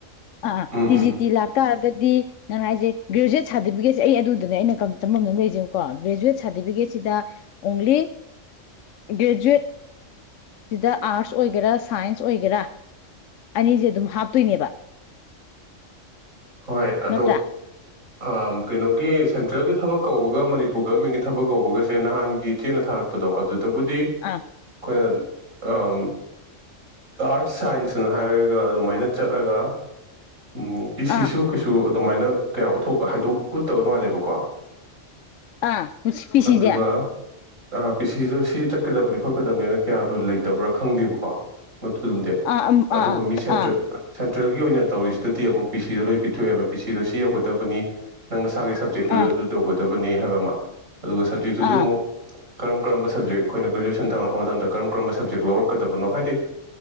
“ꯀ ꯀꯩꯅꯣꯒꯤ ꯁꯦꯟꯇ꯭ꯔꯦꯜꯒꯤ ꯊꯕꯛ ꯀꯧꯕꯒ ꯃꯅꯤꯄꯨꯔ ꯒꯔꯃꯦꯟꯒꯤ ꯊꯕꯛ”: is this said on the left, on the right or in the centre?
Right